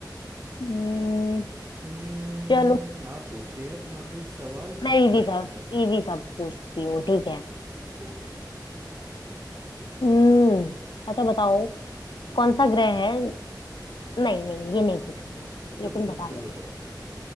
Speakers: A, on the left; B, on the right.
A: हम्म,
B: हम्म
A: चलो
B: आप पूछिए अब आखिरी सवाल
A: मैं
B: फिर
A: इजी
B: पता
A: सा
B: चल जाएगा
A: इजी सा पूछती हूँ ठीक है
B: ठीक है
A: हम्म अच्छा बताओ
B: पूछो
A: कौन सा ग्रह है नहीं नहीं ये नहीं पूछूंगी मैं
B: पूछो
A: ये
B: पूछो
A: तुम बता
B: पूछो
A: लोगे
B: पूछो